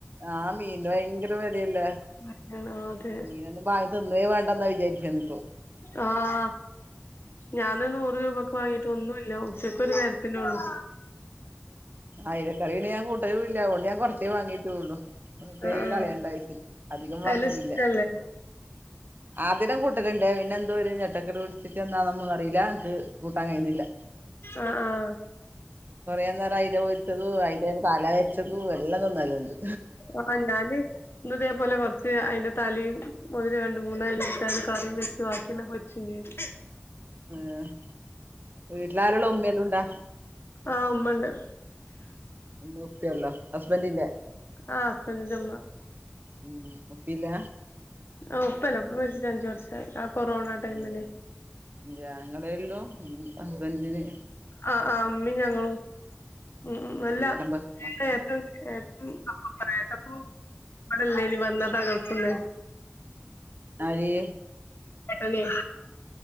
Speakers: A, on the right; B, on the left.
A: ആ മീനിന് ഭയങ്കര വെലയല്ലേ
B: വിലയാണ് ആഹ് അതെ
A: മീനൊന്നും വാങ്ങി <unintelligible> വേണ്ടെന്നാ വിചാരിക്കണിപ്പോ
B: ആഹ് ഞാന് നൂറ് രൂപക്ക് വാങ്ങീട്ട് ഒന്നുല്ല ഉച്ചക്ക് ഒരു നേരത്തിനൊള്ളു
A: അയിലക്കറി പിന്നെ ഞാൻ കൂട്ടലും ഇല്ല അതുകൊണ്ട് ഞാൻ കുറച്ചേ വാങ്ങിട്ടോള്ളു വെറുതേ
B: ആഹ് ആഹ്
A: കളയണ്ടാകി അധികം
B: അയല
A: വാങ്ങലില്ല
B: ഇഷ്ടല്ലേ
A: ആദിടെ കൂട്ടരുണ്ട് പിന്നെ എന്തോഒരു <unintelligible> എന്താന്നൊന്നും അറിയില്ല ഇൻക് കൂട്ടാൻ കഴിയുന്നില്ല
B: ആഹ് ആഹ്
A: കൊറേ നേരം അയില പൊരിച്ചതു അയില തല വെച്ചതു എല്ലാം തിന്നലുണ്ട്
B: ഇപ്പൊ ക്കൊ ഞാന് ഇന്നിതേ പോലെ കൊറച്ച് അയില തലയും <unintelligible> രണ്ട് മൂന്നാലെടുത്ത് കറിയും വെച്ച് ബാക്കിയെല്ലാം പൊരിച്ചും ചെയ്ത്
A: <inaudible> വീട്ടിൽ ആരുള്ളു ഉമ്മ എല്ലുംണ്ടോ
B: ആ ഉമ്മണ്ട്
A: ഒന്നും ഓക്കെ അല്ല ഹസ്ബൻ്റിൻ്റെ
B: ആഹ് ഹസ്ബന്റിന്റെ
A: ഉം ഉപ്പില്ല
B: ആ ഉപ്പല്ല ഉപ്പ മരിച്ചിട്ട് അഞ്ച് വർഷായി കൊറോണ ടൈമില്
A: ഇല്ല ന്റെ ആങ്ങളെള്ളു ഹസ്ബന്റിന്
B: ആ ആ അമ്മേം ഞങ്ങളും മ് മ് അല്ല
A: വിളമ്പ്
B: <unintelligible>
A: മക്കള്
B: ഏത്തപ്പോം ബെടെല്ലേടി വന്നത് അകത്ത്ന്ന്
A: ആര്
B: പെട്ടെന്ന്